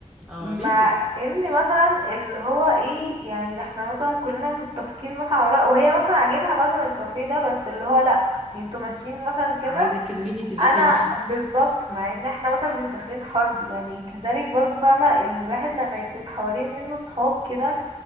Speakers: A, in the centre; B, on the right (about 50°).
A: اه
B: مع
A: ليه كده
B: ان مثلا اللي هو ايه يعني احنا مثلا كلنا متفقين مثلا على رأي وهي مثلا عاجبها مثلا الكافيه ده بس اللي هو لا انتوا ماشيين مثلا كده
A: عايزة كلمتي اللي
B: انا
A: تمشي
B: بالظبط مع ان احنا مثلا مش داخلين حرب يعني كذلك برضو فاهمة الواحد لما يكون حوالين منه صحاب كده